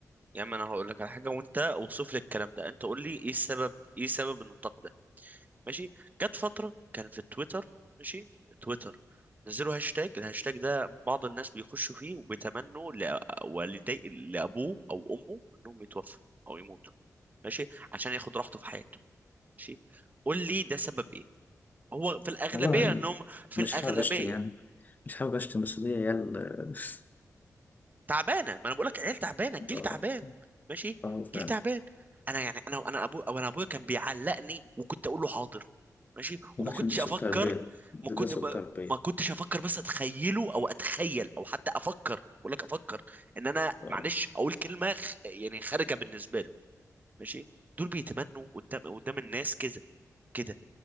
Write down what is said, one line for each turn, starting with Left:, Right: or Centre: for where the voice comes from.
Right: يا عم انا هقول لك على حاجه وانت اوصف لي الكلام ده انت قول لي ايه السبب ايه سبب ان التقدير ماشي جت فترة كان في تويتر ماشي تويتر نزلوا هاشتاج الهاشتاج ده بعض الناس بيخشوا فيه وبيتمنوا لأ- والدي لأبوه أو أمه إنهم يتوفوا أو يموتوا ماشي عشان ياخد راحته في حياته ماشي قول لي ده سبب إيه هو في الأغلبية
Left: والله
Right: إنهم في
Left: مش
Right: الأغلبية
Left: حابب اشتم يعني مش حابب اشتم بس دي عيال <laughs>
Right: تعبانه ما انا بقول لك عيال تعبانه الجيل
Left: اه
Right: تعبان ماشي
Left: اه فعلا
Right: جيل تعبان انا يعني انا انا ابو او انا ابويا كان بيعلقني وكنت اقول له حاضر ماشي وما
Left: وده عشان
Right: كنتش
Left: سوء
Right: افكر
Left: تربيه ده
Right: ما كنت
Left: ده سوء
Right: ب...
Left: تربيه
Right: ما كنتش افكر بس اتخيله او اتخيل او حتى افكر بقول لك افكر ان انا
Left: آه.
Right: معلش اقول كلمه خ... يعني خارجه بالنسبه له ماشي دول بيتمنوا قدام قدام الناس كده كده